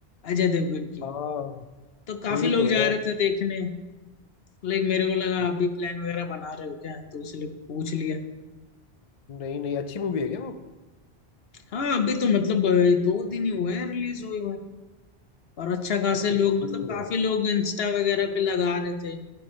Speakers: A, on the left; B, on the left.
A: अजय देवगन की
B: हाँ,
A: तो काफी
B: हुई
A: लोग
B: तो है
A: जा रहे थे देखने लाइक मेरे को लगा
B: हाँ,
A: आप भी प्लान वगैरह बना रहे हो क्या तो इसलिए पूछ लिया
B: नहीं नहीं अच्छी मूवी है क्या वो
A: हाँ अभी तो मतलब अ, दो दिन ही हुए हैं रिलीज हुई और अच्छा खासे
B: अच्छा
A: लोग
B: दो
A: मतलब
B: दिन में हुए
A: काफी लोग इंस्टा वगैरह पे लगा रहे थे